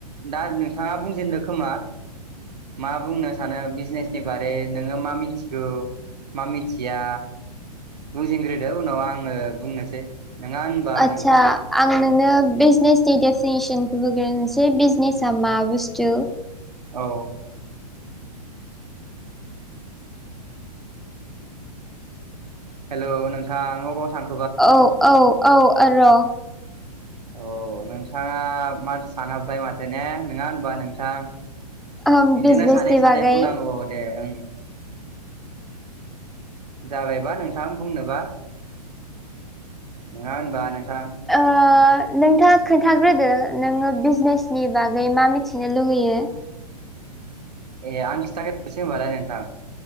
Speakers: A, on the right; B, in the centre.
A: दा नोंथाङा बुंजेनदो खोमा? मा बुंनो सानो बिजनेसनि बारै नोङो मा मिथिगौ। मा मिथिया बुंजेनग्रोदो उनाव आङो बुंनोसै। नङा होनबा
B: आदसा
A: नोंथां
B: आं नोंनो बिजनेस थि डेटिनेसनखौ होग्रोसै बिजनेसा मा बुस्थु?
A: औ औ हेलौ नोंथां अबाव थां
B: औ औ औ ओ र'
A: औ नोंथाङा मा सानहाबबाय माथो ने नङा होनबा नोंथां।
B: ओम
A: बिदिनो
B: बिजनेसनि
A: सानै सानै
B: बागै
A: बुंनांगौ दे ओं। जाबायबा नोंथां बुंनोबा नङा होनबा नों थां।
B: ओ नोंथाङा खोन्थाग्रोदो नोङो बिजनेसनि बागै मा मिथिनो लुुगैयो?
A: ए आं खिथाग्रोनोसै होमबालाय नोंथां।